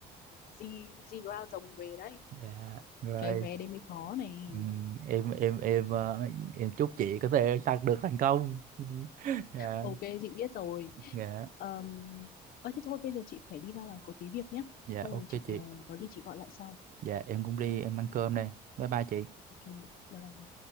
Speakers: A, on the left; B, on the right.
A: Z Zira rồng về đấy.
B: dạ rồi
A: Cái vé đấy mới khó này.
B: Ừ, em em em ờ, em chúc chị có thể đạt được thành công Ừ. dạ
A: Ok, chị biết rồi.
B: dạ
A: Um, ơi thế thôi bây giờ chị phải đi ra ngoài có tí việc nhé.
B: dạ
A: Xong
B: ok
A: rồi chị
B: chị
A: ờ, có gì chị gọi lại sau.
B: dạ em cũng đi em ăn cơm đây bye bye chị
A: Ok. bye